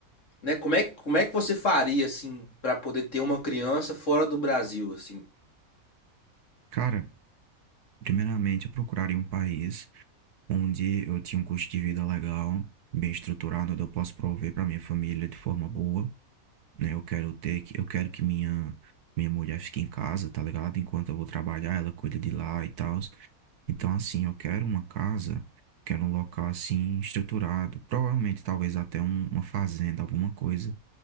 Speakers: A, on the left; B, on the right.
A: né, como é, que- como é que você faria assim para poder ter uma criança fora do Brasil, assim?
B: Cara, primeiramente, eu procuraria um país onde eu tinha um custo de vida legal, bem estruturado, onde eu posso prover para minha família de forma boa, né? Eu quero ter que, eu quero que minha minha mulher fique em casa, tá ligado? Enquanto eu vou trabalhar, ela cuida de lá e tal. Então, assim, eu quero uma casa, quero um local assim estruturado, provavelmente talvez até um- uma fazenda, alguma coisa,